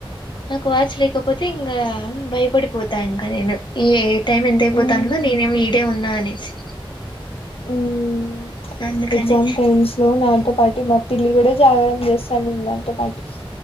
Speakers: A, on the left; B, on the left.
A: నాకు వాచ్ లేకపోతే ఇంకా భయపడిపోతా ఇంకా నేను ఏ టైమ్ ఎంతయిపోతు
B: మ్మ్
A: తనలో నేనేమి ఈడే ఉన్నా అనేసి
B: మ్మ్
A: అందుకని
B: ఎగ్జామ్ టైమ్స్ లో నా పాటి మా పిల్లి కూడ జాగరణ చేస్తా అనింది పాటి